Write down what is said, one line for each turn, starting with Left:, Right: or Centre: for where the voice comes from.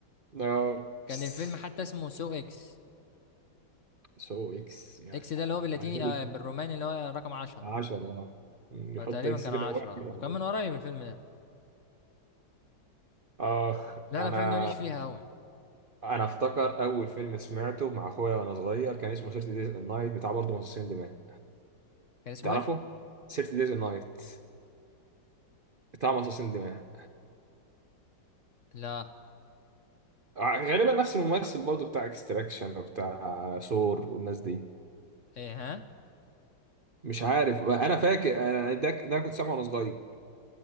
Right: آه،
Left: كان
Right: بس.
Left: الفيلم حتى اسمه سو اكس
Right: سو اكس يا
Left: اكس
Right: سلام
Left: ده اللي هو باللاتيني
Right: عامل
Left: آه بالروماني اللي هو رقم عشرة
Right: 10 اه يحط
Left: فتقريبا
Right: اكس
Left: كانوا
Right: كده
Left: عشرة
Right: واحد يبقى
Left: وكان
Right: حداشر.
Left: من قريب الفيلم ده
Right: اخ
Left: لا
Right: انا
Left: الافلام دي ماليش فيها قوي
Right: انا افتكر اول فيلم سمعته مع اخويا وانا صغير كان اسمه 30 دايز النايت بتاع برضه مصاصين دماء
Left: كان اسمه
Right: تعرفه
Left: ايه
Right: 30 دايز نايت بتاع مصاصين دماء
Left: لا
Right: غالبا نفس الممثل برضه بتاع اكستراكشن وبتاع سور والناس دي
Left: ايه ها
Right: مش عارف انا فاكر انا ده, ده انا كنت سامعه وانا صغير